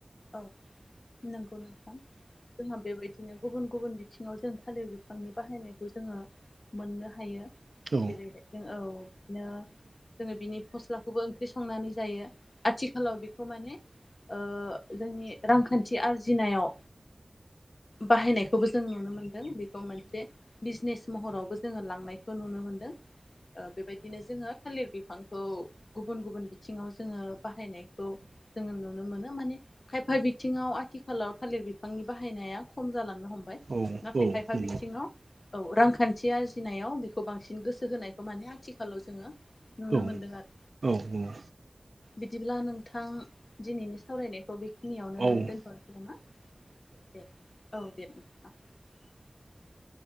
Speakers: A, on the left; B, on the right.
A: औ नंगौ नोंथां जोंहा बेबायदिनो गुबुन गुबुन बिथिङाव जों थालिर बिफांनि बाहायनायखौ जोङो मोननो हायो।
B: औ
A: जेरैहायजों औ बिदिनो। जोङो बिनि फस्लाखौबो ओंख्रि संनानै जायो आथिखालाव बेखौ माने ओ जोंनि रांखान्थि आरजि जिनायाव बाहायनायखौबो जों नुनो मोनदों बेखौ मोनसे बिजनेस महरावबो जोङो लांनायखौ नुनो मोनदों ओ बेबायदिनो जोङो थालिर बिफांखौ गुबुन गुबुन बिथिङाव जोङो बाहायनायखौ जोङो नुनो मोनो माने। खायफा बिथिङाव आथिखालाव थालिर बिफांनि बाहायनाया खम जालांनो हमबाय।
B: औ
A: नाथाय
B: औ
A: खायफा
B: नंगौ
A: बिथिङाव
B: औ
A: औ रांखान्थि। आरजिनायाव बेखौ बांसिन गोसो होनायखौ माने आथिखालाव जोङो। नुनो
B: दं
A: मोनदों आरो
B: औ औ।
A: बिदिब्ला नोंथां दिनैनि सावरायनायखौ। बेखिनियावनो
B: औ औ
A: दोनथ'सै नामा दे औ दे नोंथां। <inaudible>